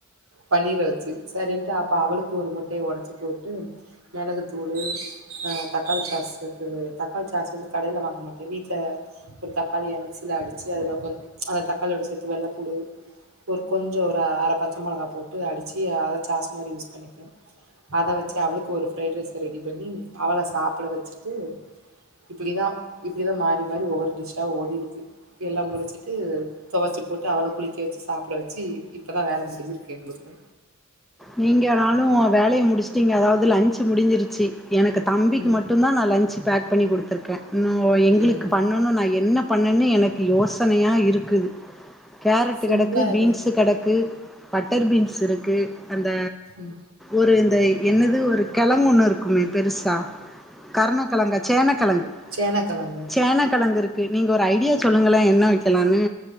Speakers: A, on the right; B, in the centre.
A: பன்னீர வச்சு செரின்ட்டு அப்போ அவளுக்கு ஒரு முட்டய உடச்சு போட்டு மெளகு தூளு தக்காளி சாஸுக்கு தக்காளி சாசு வந்து கடயில வாங்க மாட்டேன் வீட்ல ஒரு தக்காளிய மிக்சில அடிச்சு அதுல கொஞ்ச அந்த தக்காளியோட சேத்து வெள்ளப்பூண்டு ஒரு கொஞ்சம் ஒரு அர பச்ச மெளகா போட்டு அடுச்சு அத சாஸ்ஸு மாரி யூஸ் பண்ணிப்பேன் அத வச்சு அவளுக்கு ஒரு ஃப்ரைட் ரைஸ் ரெடி பண்ணி அவள சாப்பிட வச்சுட்டு இப்டிதான் இப்டிதான் மாறி மாறி ஒவ்வொரு டிஷ்ஷா ஓடிருக்கு எல்லாம் முடிச்சிட்டு துவச்சு போட்டு அவளா குளிக்க வச்சு சாப்ட வச்சு இப்போ தான் வேல முடிஞ்சிருக்கு எங்களுக்கு
B: நீங்கனாலும் வேலய முடிச்சிட்டிங்க அதாவது லன்ஞ்சு முடிஞ்சிருச்சி எனக்கு தம்பிக்கு
A: ம்
B: மட்டும் தான் நான் லன்ஞ் பேக் பண்ணி குடுத்துருக்கேன் ம் ஓ எங்களுக்கு
A: ம்
B: பண்ணணும் நான் என்ன பண்ணனு எனக்கு யோசனயா இருக்குது கேரட்டு
A: சிம்பிளா
B: கெடக்கு பீன்ஸு
A: எது
B: கெடக்கு பட்டர் பீன்ஸ் இருக்கு அந்த
A: ம்
B: ஒரு இந்த என்னது ஒரு கெழங்கு ஒன்னு இருக்குமே பெருசா கருணக்கெழங்கு சேனக்கெழங்கு
A: சேனக்கெழங்கு
B: சேனக்கெழங்குருக்கு நீங்க ஒரு ஐடியா சொல்லுங்களேன் என்ன வைக்கலான்னு